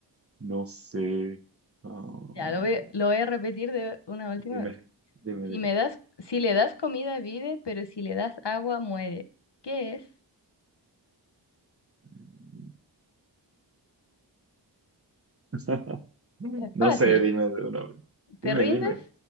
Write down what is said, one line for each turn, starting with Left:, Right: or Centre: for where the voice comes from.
Right: no sé. Ah,
Left: Ya, lo voy, lo voy a repetir de una última
Right: dime,
Left: vez.
Right: dime,
Left: Si me das, si le das comida, vive, pero si le das agua, muere. ¿Qué es?
Right: dime. <laughs>
Left: Es
Right: No
Left: fácil.
Right: sé, dime de una vez.
Left: ¿Te
Right: Dime,
Left: rindes?
Right: dime.